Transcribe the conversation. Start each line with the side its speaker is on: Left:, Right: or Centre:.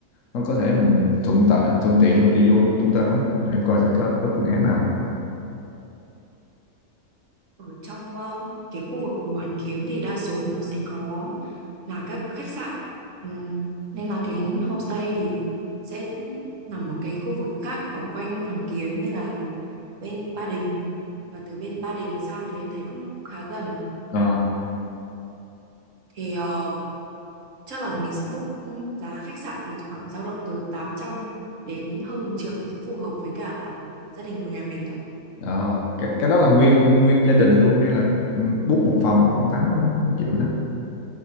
Left: nó có thể mình thuận tiện thuận tiện cho mình đi vô trong trung tâm á em coi thử có có phương án nào
Right: Ở trong ờ, cái khu vực Hồ Hoàn Kiếm thì đa số nó sẽ có là các khách sạn Ừm, nên là cái homestay thì sẽ nằm ở cái khu vực khác ở quanh Hoàn Kiếm như là bên Ba Đình và từ bên Ba Đình sang thì em thấy cũng khá gần.
Left: ừ
Right: Thì ờ, chắc là mình sẽ book ừ, giá khách sạn thì khoảng dao động từ 800 đến hơn một triệu thì sẽ phù hợp với cả gia đình của nhà mình ạ.
Left: Ờ, cái, cái đó là nguyên nguyên gia đình luôn hay là ừ, book một phòng khoảng 8 đến triệu đó.